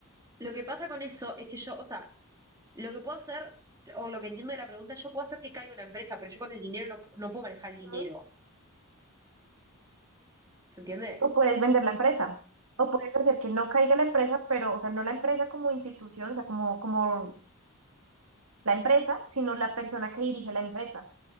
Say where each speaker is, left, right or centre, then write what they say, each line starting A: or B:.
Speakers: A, on the right (about 15°); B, on the right (about 80°).
A: lo que pasa con eso es que yo, o sea, lo que puedo hacer, o lo que entiendo de la pregunta, yo puedo hacer que caiga una empresa, pero yo con el dinero no, no puedo manejar el dinero.
B: Ujú.
A: ¿Se entiende?
B: O puedes vender la empresa, o puedes hacer que no caiga la empresa, pero, o sea, no la empresa como institución, o sea, como, como la empresa, sino la persona que dirige la empresa